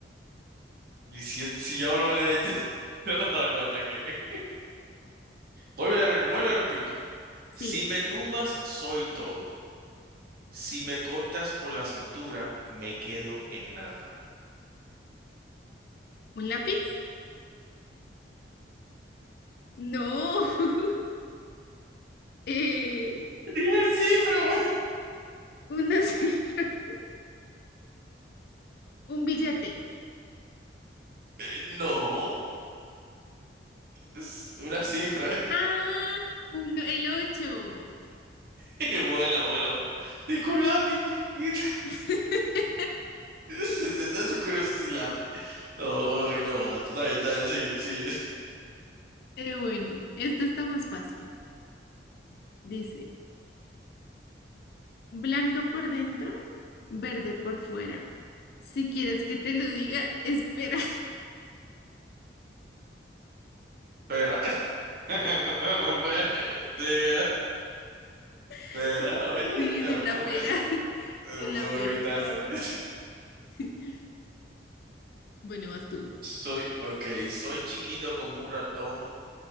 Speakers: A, on the right; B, on the left.
A: Y si yo, si yo hablo más de ahí, te- <laughs> te vas a dar cuenta que... Vuelvo a re- vuelvo y repito.
B: sí.
A: Si me tumbas, soy todo. Si me cortas por la cintura, me quedo en nada.
B: ¿Un lápiz? No. <laughs> Eh,
A: <laughs> Dije cifra, güey.
B: una cifra. Un billete.
A: Eh, No, es una cifra.
B: Ah, uno, el ocho
A: <laughs> Buena, buena, buena. Y con lápiz. <laughs>
B: <laughs>
A: Entonces, curioso si lápiz. No, no, no, no, tú también, está bien, sigue, sigue.
B: Eh, bueno, esto está más fácil. Dice, blanca por dentro, verde por fuera. Si quieres que te lo diga, espera.
A: Espera. <laughs> Te
B: <laughs>
A: Espera, oye,
B: Sí,
A: ya
B: sí,
A: me
B: la
A: puso,
B: pera.
A: esa-
B: <laughs>
A: me
B: Es
A: puso
B: la pera,
A: huevita
B: estaba
A: esa.
B: muy fácil.
A: <laughs>
B: <laughs> Bueno, vas tú.
A: Soy, ok, soy chiquito como un ratón,